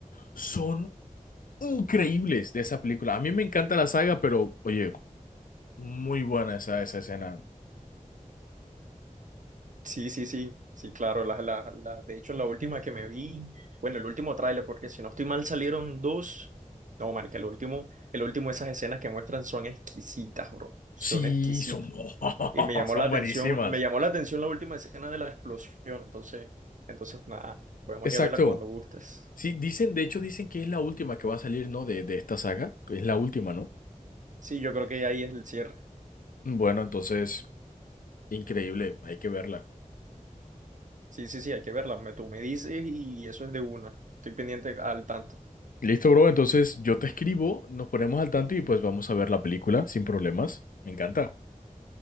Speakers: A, on the left (about 80°); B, on the right (about 65°).
A: son increíbles de esa película. A mí me encanta la saga, pero oye, muy buena esa, esa escena.
B: Sí, sí, sí, sí, claro. las las- las- de hecho, la última que me vi, bueno, el último tráiler, porque si no estoy mal salieron dos. No, marica, el último, el último, esas escenas que muestran son exquisitas, bro. Son
A: Sí,
B: exquisitas.
A: son, <laughs>
B: Y me llamó
A: son
B: la atención,
A: buenísimas.
B: me llamó la atención la última escena de la explosión. Entonces, entonces nada, podemos
A: Exacto.
B: ir a verla cuando gustes.
A: Sí, dicen, de hecho, dicen que es la última que va a salir, ¿no? De, de esta saga, que es la última, ¿no?
B: Sí, yo creo que ahí es el cierre.
A: Bueno, entonces, increíble, hay que verla.
B: Sí, sí, sí, hay que verla. Me, tú me dices y eso es de una. Estoy pendiente al tanto.
A: Listo, bro. Entonces yo te escribo, nos ponemos al tanto y pues vamos a ver la película sin problemas. Me encanta.